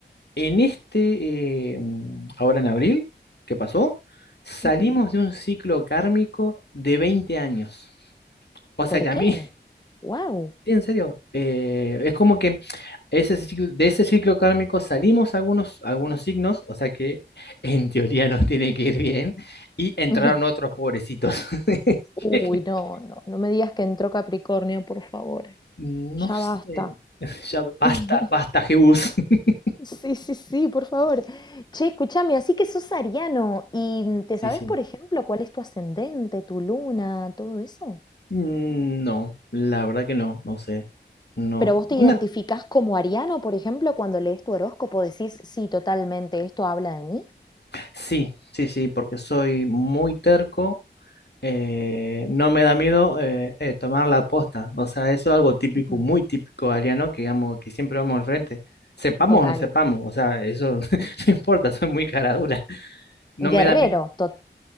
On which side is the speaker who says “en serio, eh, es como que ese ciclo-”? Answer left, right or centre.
Left